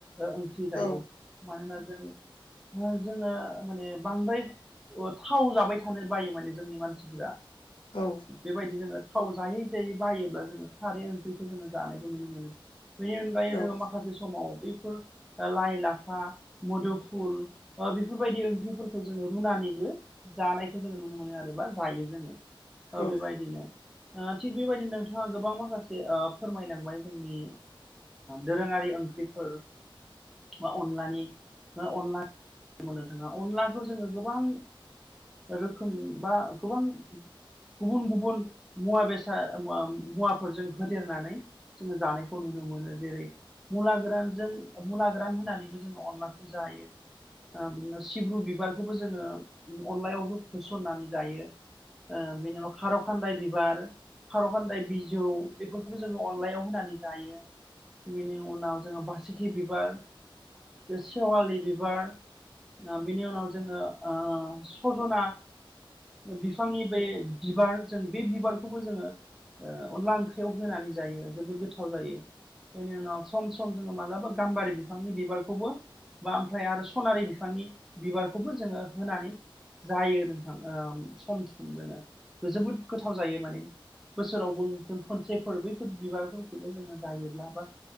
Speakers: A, in the centre; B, on the left (about 75°).
A: ओंख्रि जायो
B: औ
A: मानोना जों जोङो माने बांद्राय थाव जाबाय थानो बायो माने जोंनि मानसिफोरा
B: औ
A: बेबायदिनो <unintelligible> थाव जायै जायै बायोब्ला जोङो खारै ओंख्रिखौ जोङो जानायखौ नुनो मोनो बेनि अनगायै
B: औ
A: जोङो माखासे समाव बैफोर लाइ लाफा बा मोदोमफुल बेफोरबायदि ओंख्रिफोरखौ जोङो रुनानैबो जानायखौ जोङो नु नुनो मोनो आरो बा जायो जोङो बेबायदिनो
B: औ
A: थिग बेबायदिनो नोंथाङा गोबां माखासे ओ फोरमायनांबाय जोंनि दोरोङारि ओं ख्रिफोर बा अनलानि अनला मोननो थाङा अनलाखौ जोङो गोबां रोखोम बा गोबां गुबुन गुबुन मुवा बेसाद मुवाफोरजों होदेरनानै जोङो जानायखौ नुनो मोनो जेरै मुला गोरानजों मुला गोरान होनानै बिदिबो जों अनलाखौ जायो। ओ बिदिनो सिब्रु बिबारखौबो जोङो अनलायावबो होसननानै जायो। ओ बिनि उनाव खार' खान्दाय बिबार खार' खान्दाय बिजौ बेफोरखौबो जोङो अनलायाव होनानै जायो बेनि उनाव जोङो बासिखि बिबार, सेवालि बिबार, बिनि उनाव जोङो ओ सजना बिफांनि बे बिबार जों बे बिबारखौबो जोङो ओ अनला ओंख्रियाव होनानै जायो। जोबोद गोथाव जायो। बेनि उनाव सम सम जोङो मालाबा गामबारि बिफां नि बिबारखौबो बा ओमफ्राय आरो सनारि बिफांनि बिबारखौबो जोङो होनानै जायो नोंथां ओ सम सम जोङो जोबोद गोथाव जायो माने। बोसोरावबो जों खनसे सेफोर बैफोर बिबारफोरखौबो जोङो जायोब्ला बा